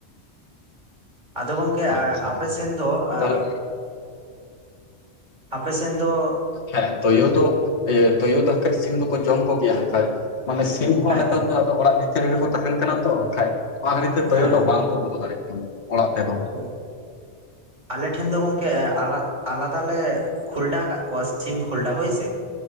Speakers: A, on the right; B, on the left.
A: ᱟᱫᱚ ᱜᱚᱝᱠᱮ
B: ᱦᱮᱸ ᱟᱪᱪᱷᱟ
A: ᱟᱯᱮᱥᱱ ᱫᱚ ᱮᱸ
B: ᱛᱟᱦᱚᱞᱮ
A: ᱟᱯᱮᱥᱮᱱ ᱫᱚ
B: ᱦᱮᱸ ᱛᱩᱭᱩ ᱫᱚ ᱤᱭᱟᱹ ᱛᱩᱭᱩ ᱫᱚ ᱦᱟᱸᱜ ᱠᱷᱟᱡ ᱥᱤᱢ ᱫᱚᱠᱚ ᱡᱚᱢ ᱠᱚᱜᱮᱭᱟ ᱠᱷᱟᱡ ᱢᱟᱱᱮ ᱥᱤᱢ ᱦᱚᱸ
A: ᱦᱮᱸ
B: ᱱᱮᱛᱟᱨ ᱫᱚ ᱟᱫᱚ ᱚᱲᱟᱜ ᱵᱷᱤᱛᱤᱨ ᱨᱮᱜᱮᱠᱚ ᱛᱟᱦᱮᱱ ᱠᱟᱱᱟ ᱛᱚ ᱠᱷᱟᱡ ᱚᱱᱟ ᱠᱷᱟᱹᱛᱤᱨ ᱛᱮ ᱛᱳᱭᱳ
A: ᱦᱮᱸ
B: ᱫᱚ ᱵᱟᱝ ᱠᱚ ᱵᱚᱞᱚ ᱫᱟᱬᱮᱜ ᱠᱟᱱᱟ᱾ ᱚᱲᱟᱜ ᱛᱮᱫᱚ
A: ᱦᱳᱭ, ᱟᱞᱮ ᱴᱷᱮᱱ ᱫᱚ ᱜᱚᱢᱠᱮ ᱟᱞᱟᱜ ᱟᱞᱟᱫᱟ ᱞᱮ ᱠᱷᱚᱞᱰᱟ ᱠᱟᱜ ᱠᱚᱣᱟ ᱥᱤᱢ ᱠᱷᱩᱞᱰᱟ ᱦᱳᱭᱥᱮ᱾